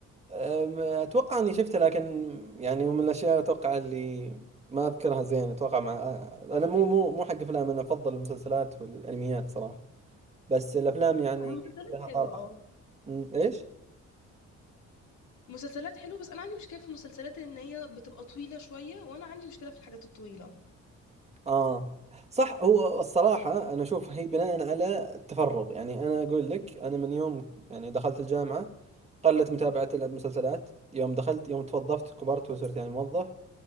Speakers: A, on the right (about 20°); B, on the left (about 70°).
A: أم، اتوقع اني شفته لكن يعني من الاشياء اتوقع اللي ما اذكرها زين اتوقع مع انا مو مو مو حق افلام انا افضل المسلسلات والانميات صراحه بس الافلام يعني
B: المسلسلات
A: لها
B: حلوة
A: طابع
B: اه
A: مم، ايش؟
B: مسلسلات حلوة بس انا عندي مشكلة في المسلسلات ان هي بتبقى طويلة شوية وانا عندي مشكلة في الحاجات الطويلة
A: اه صح هو الصراحة انا اشوف هي بناء على التفرغ يعني انا اقول لك انا من يوم يعني دخلت الجامعة قلت متابعة المسلسلات يوم دخلت يوم توظفت كبرت وصرت يعني موظف